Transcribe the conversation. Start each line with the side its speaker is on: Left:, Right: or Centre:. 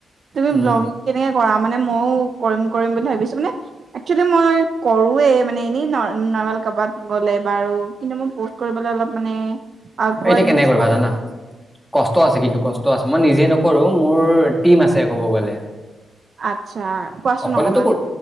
Right: তুমি
Centre: উম
Right: ব্লগিং কেনেকে মানে মইও কৰি কৰিম বুলি ভাবিছো মানে মই একচুবেলি কৰোৱে মানে এনে কবাত গলে বাৰু কিন্তু মোৰ পষ্ট কৰিবলে অলপ মানে আকৱাৰ্ড
Centre: এতিয়া কেনেকে
Right: নিচিনা
Centre: কৰিবা জানা
Right: লাগে
Centre: কষ্ট আছে কিন্তু কষ্ট আছে মই নিজে নকৰো মোৰ টিম আছে ক'ব গ'লে।
Right: আচ্ছা কোৱাচোন
Centre: অকলেতো
Right: অকমান